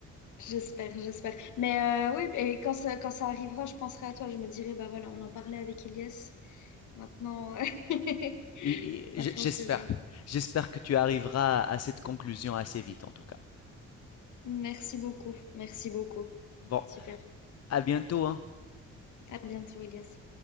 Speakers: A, on the left; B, on the left.
A: J'espère, j'espère. Mais euh, oui, et quand ça, quand ça arrivera, je penserai à toi. Je me dirai, bah voilà, on en parlait avec Elias. Maintenant, euh, <laughs>
B: Et-
A: maintenant
B: et j- j'espère.
A: c'est bon.
B: J'espère que tu arriveras à cette conclusion assez vite, en tout cas.
A: Merci beaucoup. Merci beaucoup.
B: Bon,
A: Super.
B: à bientôt, hein.
A: À bientôt, Elias.